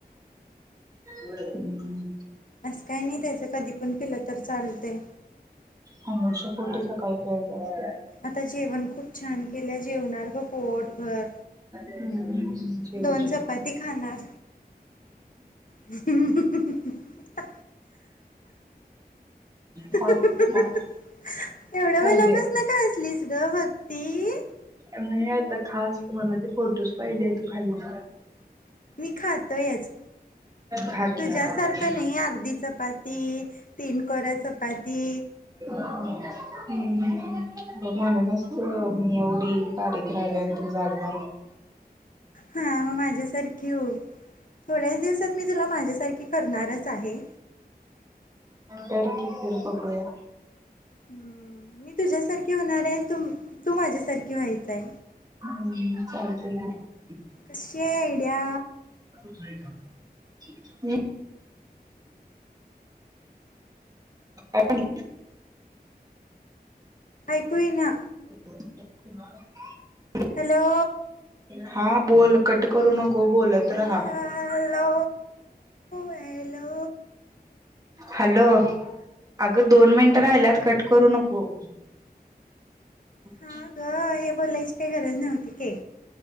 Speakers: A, on the right; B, on the left.
A: हम्
B: अससं काय नाही त्याच कधी पण पिलं तर चालते
A: हमर्षापोट सकाळी पेयचं असत
B: आता जेवण खूप छान! केल्या जेवणार ग पोट भर....
A: हम्म शेवचे
B: दोन चपाती खाणार..... ह अ
A: खा
B: एवढं
A: खा खाल्ले.
B: मनापासून का हसलीस ग भती <unintelligible>
A: नाही आता खास मला ते फोटोज पाहिजे तू खाल्ल्यावर
B: मी खातोयच..
A: खा की.
B: तुझ्यासारखं नाही.. अर्धी चपाती... तीन कोऱ्या चपा... पती.....
A: हूं.. म्हणूनच त मी एवढी बारीक राहिले आणि ते जाड झालेत
B: हा..... मग माझ्यासारखी हो थोड्याच दिवसात मी तुला माझ्यासारखी करणारच आहे.
A: कर कि, फिर बघूया
B: हूं मी तुझ्यासारखी होणार आहे तू.. तू माझ्यासारखी व्हायचय,
A: हम्म चालतंय की.
B: कशी... आयडिया...
A: हो <inaudible> अ <inaudible>
B: ऐकू येई ना
A: <inaudible>
B: हॅलो......
A: हा, बोल, कट करू नको. हो, बोलत
B: हॅलो
A: राहा
B: हॅलो
A: हॅलो.. अग दोन मिनिट राहिल्यात, कट करू नको. अच्छा..
B: हा ग हे बोलायची काही गरज नव्हती.. हे..